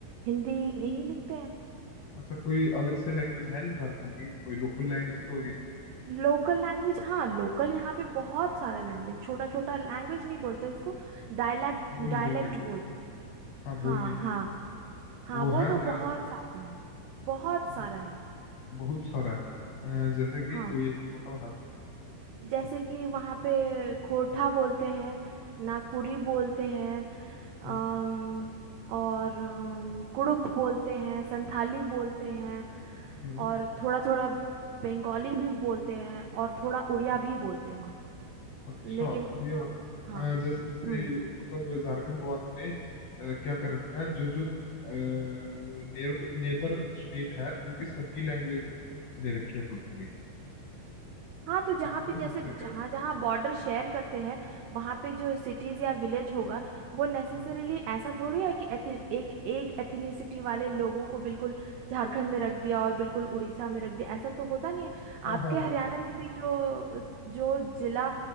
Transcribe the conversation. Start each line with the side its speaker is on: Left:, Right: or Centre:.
Right: हिंदी में ही लिखते हैं
Left: अच्छा कोई अलग से लैंग्वेज है नहीं झारखंड की कोई लोकल लैंग्वेज तो होगी ना
Right: लोकल लैंग्वेज हाँ लोकल यहाँ पे बहुत सारा लैंग्वेज छोटा छोटा लैंग्वेज नहीं बोलते उसको डायलैक्ट
Left: बोली
Right: डायलैक्ट
Left: बोली बोली
Right: बोलते हैं
Left: हाँ
Right: हाँ
Left: बोली
Right: हाँ
Left: बोली
Right: हाँ
Left: वो
Right: वो
Left: है
Right: तो
Left: क्या
Right: बहुत सारा है बहुत
Left: वो
Right: सारा है
Left: बहुत सारा है अ, जैसे कि
Right: हाँ
Left: कोई एक दो बताओ ना
Right: जैसे कि वहाँ पे खोरठा बोलते हैं नागपुरी बोलते हैं अम,
Left: हम्म
Right: और अम, कुड़ुक बोलते हैं संथाली बोलते हैं
Left: हम्म
Right: और थोड़ा थोड़ा बंगाली भी बोलते हैं और थोड़ा उड़िया
Left: हम्म।
Right: भी बोलते हैं वहाँ
Left: अच्छा
Right: लेकिन
Left: उड़िया
Right: हाँ
Left: अ, जैसे जैसे
Right: हम्म।
Left: मतलब झारखंड वालों ने अ, क्या कर रखा है जो जो नेर, नेबर स्टेट है उनकी सबकी लैंग्वेज ले रखी है थोड़ी थोड़ी
Right: हाँ तो जहाँ
Left: ऐसा
Right: पे
Left: बोल
Right: जैसे
Left: सकते हैं क्या
Right: जहाँ जहाँ बॉर्डर शेयर करते हैं वहाँ पे जो सिटीज या विलेज होगा वो नेसेसरीली
Left: हाँ
Right: ऐसा थोड़ी है कि एथि, एक एक एथनिसिटी वाले लोगों को बिल्कुल झारखंड में रख दिया और बिल्कुल उड़ीसा में रख दिया ऐसा तो होता नहीं है
Left: हाँ
Right: आपके
Left: हाँ
Right: हरियाणा
Left: हाँ
Right: में भी जो जो जिला